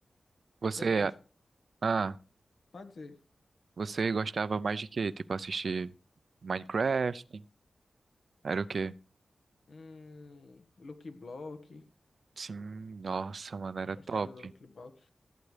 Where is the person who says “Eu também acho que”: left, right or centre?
Left